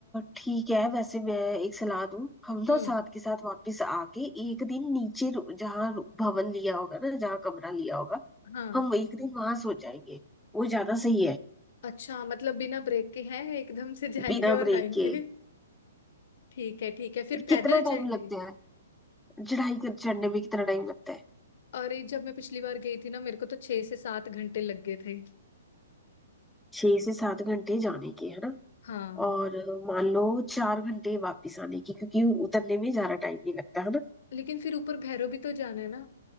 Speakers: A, in the centre; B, on the left.
A: ठीक है वैसे मैं एक सलाह दूं हम
B: हम्म
A: ना साथ के साथ वापस आके एक दिन नीचे रु- जहाँ रु- भवन लिया होगा ना जहाँ कमरा लिया होगा
B: हाँ
A: हम एक दिन वहां सो जाएंगे वो ज्यादा सही है
B: अच्छा मतलब बिना ब्रेक के हैं एकदम से जाएंगे
A: बिना
B: और
A: ब्रेक
B: आएंगे
A: के
B: ठीक है ठीक है फिर पैदल
A: कितना टाइम
B: जाएंगे
A: लगता है चढ़ाई कर चढ़ने में कितना टाइम लगता है
B: और ये जब मैं पिछली बार गई थी ना मेरे को तो छह से सात घंटे लग गए थे
A: छह से सात घंटे जाने के है ना
B: हाँ
A: और मान लो चार घंटे वापस आने की क्योंकि उतरने में ज्यादा टाइम नहीं लगता है ना
B: लेकिन फिर ऊपर भैरव भी तो जाना है ना